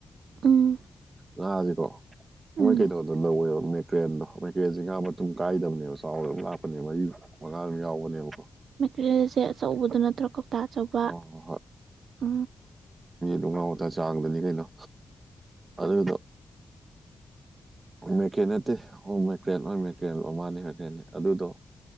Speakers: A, on the right (about 85°); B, on the right (about 30°).
A: ꯎꯝ
B: ꯑ ꯍꯧꯖꯤꯀꯣ ꯃꯣꯏ
A: ꯎꯝ
B: ꯀꯩꯅꯣꯗꯣ ꯂꯧꯋꯦꯕ ꯃꯦꯀ꯭ꯔꯦꯟꯗꯣ ꯃꯦꯀ꯭ꯔꯦꯟꯁꯦ ꯉꯥ ꯃꯇꯨꯡ ꯀꯥꯏꯗꯕꯅꯦꯕ ꯆꯥꯎꯔꯦꯕ ꯂꯥꯛꯄꯅꯦ ꯃꯔꯤ ꯑꯥ ꯑꯃ ꯌꯥꯎꯕꯅꯦꯕꯀꯣ
A: ꯃꯦꯀꯔꯤꯜꯁꯦ ꯑꯆꯧꯕꯗꯨ ꯅꯠꯇ꯭ꯔꯒ ꯀꯧꯇꯥ ꯑꯆꯧꯕ
B: ꯍꯣꯏ ꯍꯣꯏ
A: ꯑ
B: ꯈꯣꯡꯒꯥꯎ ꯉꯇ ꯆꯥꯡꯗꯅꯤ ꯀꯩꯅꯣ ꯑꯗꯨꯗꯣ ꯃꯦꯀꯦꯅꯤꯠꯇꯤ ꯑꯣꯀꯅꯤ ꯃꯦꯀꯅꯤ ꯃꯥꯅꯤ ꯃꯦꯀꯅꯤꯅꯤ ꯑꯗꯨꯗꯣ